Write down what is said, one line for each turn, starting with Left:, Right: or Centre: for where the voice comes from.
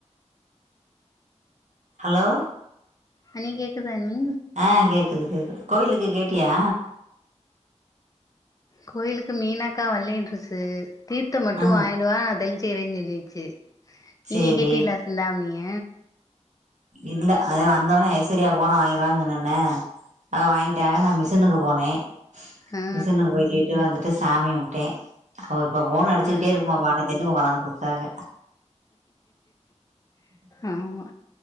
Right: ஹலோ
Left: அண்ணி கேக்குதா அண்ணி
Right: ஆ கேக்குது கேக்குது கோயிலுக்கு கேட்டியா
Left: கோயிலுக்கு மீனாக்கா வல்லனுருச்சு தீர்த்த மட்டு
Right: ஆ
Left: வாங்கிடுவா நா தெளிச்சுக்கறேன்னு சொல்லிச்சு நீங்க
Right: சேரி
Left: கேட்டிலா சிந்தாமணிய
Right: இல்ல அதே வந்தோன ஐஸ்வர்யா போனா வாங்கலான்னு சொன்னன அத வாங்கிட்டா நா மிஷினுக்கு போனே
Left: ஆ
Right: மிஷினுக்கு போய்ட்டு விட்டு வந்துட்டு சாமிகும்ட்டேன் அவ இப்ப போனு
Left: ஆ
Right: அடிச்சுக்கிட்டே இருக்குமா பானை தின் போகனாந்து கொடுத்தாங்க
Left: ஆமா